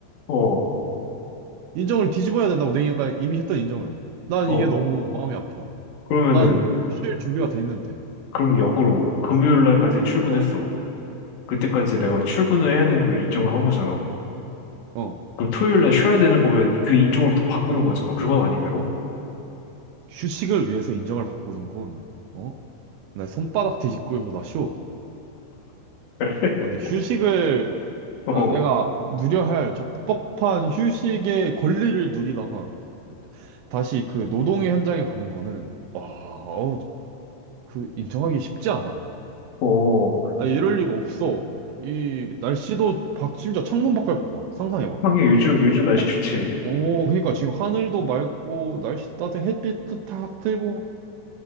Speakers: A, on the left; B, on the right.
A: 어,
B: 인정을 뒤집어야 된다고 내가 이미 했던 인정을. 난
A: 어.
B: 이게 너무 마음이 아파.
A: 그러면은
B: 난 쉴 준비가 돼 있는데.
A: 그럼 역으로 금요일 날까지 출근했어.
B: 어,
A: 그때까지 내가 출근을 해야 되는 걸 인정을 한 거잖아.
B: 어.
A: 그럼 토요일 날 쉬어야 되는 거면 그 인정을 또 바꾸는 거잖아. 그건 아닌데로?
B: 휴식을 위해서 인정을 바꾸는 건, 어? 나 손바닥 뒤집기보다 쉬워.
A: <laughs>
B: 아, 근데 휴식을
A: 어,
B: 아, 내가 누려야 할 적법한 휴식의 권리를 누리다가 다시 그 노동의 현장에 가는 거는 아, 어우, 그 인정하기 쉽지 않아.
A: 어.
B: 아, 이럴 리가 없어. 이 날씨도 밖 심지어 창문 밖을 봐봐. 상상해봐.
A: 형이 요즘 요즘 날씨
B: 햇-
A: 좋지.
B: 어, 그러니까 지금 하늘도 맑고 날씨 따뜻해 햇빛도 탁 들고